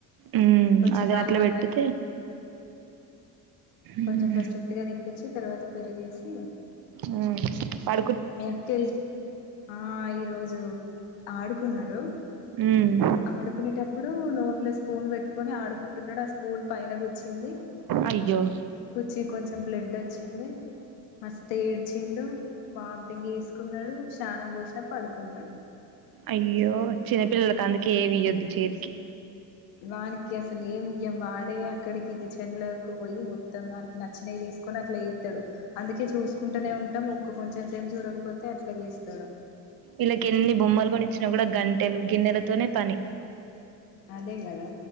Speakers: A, on the right; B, on the left.
A: ఉమ్
B: కొంచెం
A: అదే
B: నార్మల్
A: అట్లా పెట్టితే
B: గా
A: ఉమ్
B: కొంచెం ఫస్ట్ ఉట్టిగా దినిపచ్చి తర్వాత పెరుగేసి
A: మ్మ్
B: మీ అక్కలు ఆ ఈరోజు ఆడుకున్నాడు
A: ఉమ్
B: ఆడుకునేటప్పుడు నోట్లో స్పూన్ పెట్టుకొని ఆడు ంటున్నాడు ఆ స్పూన్ పైన కీచ్చింది
A: అయ్యో
B: కుచ్చి కొంచెం బ్లెడ్ వచ్చింది మస్త్ ఏడ్చిండు వామిటింగ్ చేసుకున్నాడు స్నానం పోషణ పడుకున్నాడు
A: అయ్యో చిన్నపిల్లలలకు అందుకే ఏవి ఇయ్యొద్దు చేతికి
B: వానికి అసలు ఏమి ఇయ్యం వాడే అక్కడికి కిచెన్ లోకి పోయి మొత్తం వానికి నచ్చినవి తీసుకొని అట్లా ఎస్తాడు అందుకే చూసుకుంటూనే ఉంటాం ఒక్క కొంచెం సేపు చూడకపోతే అట్లా చేస్తాడు
A: ఇల్ల కి ఎన్ని బొమ్మలు కొని ఇచ్చినా కూడా గంటెలు గిన్నెలతోనే పని
B: అదే కదా